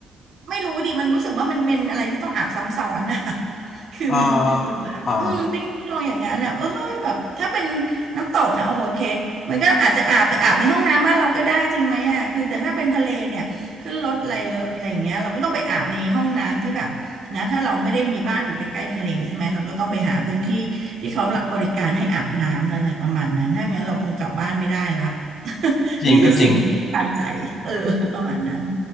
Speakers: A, on the right (about 65°); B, on the left (about 50°).
A: ไม่รู้ดิมันรู้สึกว่ามันเป็นอะไรที่ต้องอาบซ้ำซ้อนอ่ะ <laughs>
B: <laughs>
A: คือมันเหลืออืมปิ้งปิ้งลองอย่างนั้นอ่ะเอ้ยแบบถ้าเป็น
B: เอ่ออ่า
A: น้ำตกนะโอ้โหโอเคมันก็อาจจะอาบแต่อาบในห้องน้ำบ้านเราก็ได้จริงไหมอ่ะคือแต่ถ้าเป็นทะเลเนี่ยขึ้นรถอะไรรถอะไรอย่างเงี้ยเราก็ต้องไปอาบในห้องน้ำที่แบบ นะถ้าเราไม่ได้มีบ้านอยู่ใกล้ๆทะเลใช่ไหมเราก็ต้องไปหาพื้นที่ที่เขารับบริการให้อาบน้ำอะไรประมาณนั้นถ้างั้นเราคงกลับบ้านไม่ได้ละ <laughs>
B: จริงก็จริง
A: นี่คือสิ่งที่ปันใจเออประมาณนั้น